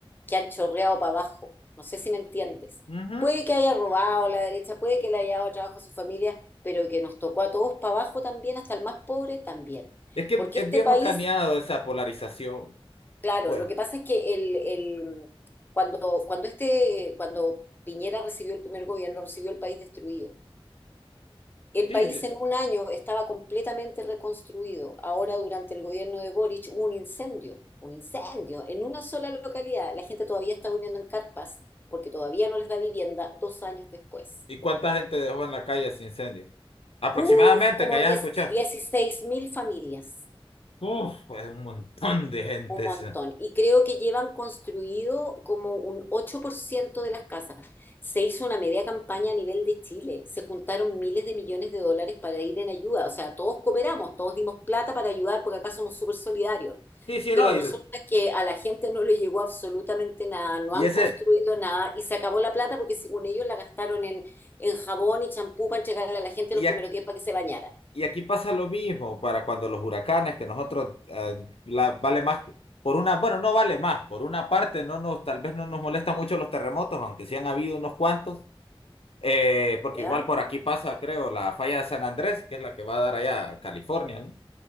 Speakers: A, on the left; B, on the left.
A: que han chorreado para abajo. No sé si me entiendes.
B: ujú.
A: Puede que haya robado la derecha, puede que le haya dado trabajo a su familia, pero que nos tocó a todos para abajo también, hasta el más pobre también.
B: Es que
A: Porque
B: es
A: este
B: bien
A: país,
B: macaneado esa polarización.
A: claro,
B: Pues,
A: lo que pasa es que el, el- cuando, cuando este, cuando Piñera recibió el primer gobierno, recibió el país destruido. El
B: Sí,
A: país
B: sí.
A: en un año estaba completamente reconstruido. Ahora, durante el gobierno de Boric, hubo un incendio, un incendio en una sola localidad. La gente todavía está durmiendo en carpas porque todavía no les da vivienda dos años después.
B: ¿y cuánta gente dejó en la calle ese incendio? Aproximadamente,
A: ¡Buf! Como
B: que hayas
A: 10,
B: escuchado.
A: dieciséis mil familias.
B: Uf, es un montón de gente
A: Un montón.
B: esa.
A: Y creo que llevan construido como un 8% de las casas. Se hizo una media campaña a nivel de Chile. Se juntaron miles de millones de dólares para ir en ayuda. O sea, todos cooperamos, todos dimos plata para ayudar porque acá somos súper solidarios.
B: Sí, sí,
A: Pero
B: no, y,
A: resulta que a la gente no le llegó absolutamente nada, no
B: y
A: han
B: ese,
A: construido nada y se acabó la plata porque según ellos la gastaron en, en jabón y champú para entregarle a la gente
B: y,
A: los primeros
B: ac-
A: días para que se bañara.
B: Y aquí pasa lo mismo para cuando los huracanes, que nosotros eh, la- vale más por una, bueno, no vale más, por una parte no nos, tal vez no nos molesta mucho los terremotos, aunque sí han habido unos cuantos, eh, porque
A: ¿Ya?
B: igual por aquí pasa, creo, la falla de San Andrés, que es la que va a dar allá a California, ¿no?